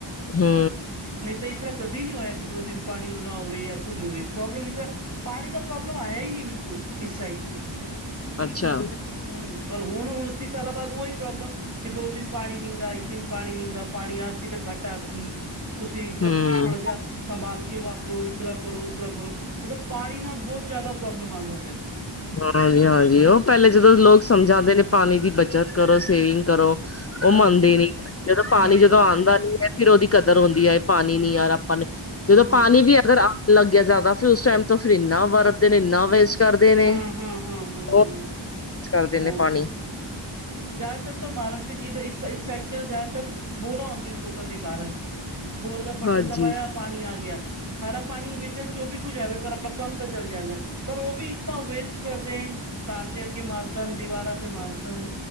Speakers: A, on the left; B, on the right.
A: ਹੂੰ,
B: ਨਹੀਂ ਤਾਂ ਇਸ ਤਰ੍ਹਾਂ ਕਦੇ ਨਹੀਂ ਹੋਇਆ, ਕਿ ਦੋ-ਦਿਨ ਪਾਣੀ ਨਾ ਹੋਵੇ, ਯਾ ਕੁੱਝ ਹੋਵੇ ਪ੍ਰੌਬਲਮ ਇਸਰਾ ਪਾਣੀ ਦਾ ਪ੍ਰੋਬਲਮ ਹਾਇਆ ਹੀ ਨਹੀਂ ਬਿਲਕੁਲ, ਇਸ ਸਾਈਟ ਤੇ।
A: ਅੱਛਾ।
B: ਹੂੰ, ਪਰ ਹੁਣ ਉਣੱਤੀ ਸਾਲਾਂ ਬਾਅਦ ਓਹੀ ਪ੍ਰੌਬਲਮ। ਕਿ ਦੋ-ਦਿਨ ਪਾਣੀ ਨੀਂਗਾ, ਇੱਕ ਦਿਨ ਪਾਣੀ ਨੀਂਗਾ, ਪਾਣੀ ਆਸੀ ਤੇ ਘੱਟ ਆਸੀ। ਤੁਸੀਂ ਜਬ
A: ਹੂੰ
B: ਥੋੜਾ ਜਿਹਾ ਸੰਭਾਲਕੇ ਵਾਪਰੋ, ਇਸ ਤਰ੍ਹਾਂ ਕਰੋ, ਉਸ ਤਰ੍ਹਾਂ ਕਰੋ। ਮਤਲਬ, ਪਾਣੀ ਨਾਲ ਬਹੁਤ ਜ਼ਿਆਦਾ ਪ੍ਰੌਬਲਮ ਆਂਦਾ ਪਿਆ।
A: ਹਾਂਜੀ-ਹਾਂਜੀ, ਉਹ ਪਹਿਲੇ ਜਦੋਂ ਲੋਕ ਸਮਝਾਂਦੇ ਨੇ ਪਾਣੀ ਦੀ ਬੱਚਤ ਕਰੋ, ਸੇਵਿੰਗ ਕਰੋ। ਉਹ
B: ਹਾਂਜੀ
A: ਮੰਨਦੇ ਨੀ, ਜਦੋਂ ਪਾਣੀ
B: ਨਹੀਂ
A: ਜਦੋਂ ਆਂਦਾ ਨੀ ਐ ਫਿਰ ਉਹਦੀ ਕਦਰ ਹੁੰਦੀ ਐ, ਪਾਣੀ ਨੀ ਆਰਾ ਆਪਾਂ ਨੇ ਜਦੋਂ
B: ਹਮ
A: ਪਾਣੀ ਵੀ ਅਗਰ ਲੱਗ ਗਿਆ ਜ਼ਿਆਦਾ ਫਿਰ, ਉਸ ਟਾਈਮ ਤੋਂ ਫਿਰ ਇਨਾ ਵਰਤਦੇ ਨੇ, ਇੰਨਾ ਵੇਸਟ ਕਰਦੇ ਨੇ।
B: ਹਾਂ, ਹਾਂ, ਹਾਂ, ਹਾਂ, ਹਾਂ,
A: ਬਹੁਤ ਵੇਸਟ ਕਰਦੇ
B: ਬਹੁਤ-ਬਹੁਤ।
A: ਨੇ ਪਾਣੀ
B: ਜ਼ਿਆਦਾਤਰ ਤਾਂ ਮਹਾਰਾਸ਼ਟਰੀ'ਚ ਇਸ, ਇਸ ਸਾਈਡ ਤੇ ਜ਼ਿਆਦਾਤਰ ਬੋਰਾਂ ਹੋਂਦੀਆਂ ਨੇ ਲੋਕਾਂ ਦੇ ਘਾਰਾਂ'ਚ। ਬੋਰ ਦਾ ਬਟਨ
A: ਹਾਂਜੀ
B: ਦਬਾਇਆ ਪਾਣੀ ਆਗਿਆ, ਖਾਰਾ ਪਾਣੀ ਬੇਸ਼ੱਕ ਜੋ ਵੀ ਕੁੱਝ ਹੈਵੇ, ਪਰ ਆਪਣਾ ਕੰਮ ਤਾਂ ਚੱਲ ਜਾਂਦਾ। ਪਰ ਉਹ ਵੀ ਇਤਨਾ ਵੇਸਟ ਕਰਦੇਨ, ਘਰ ਦੇ ਅੱਗੇ ਮਾਰ ਸਨ, ਦੀਵਾਰਾਂ ਤੇ ਮਾਰ ਸਣ।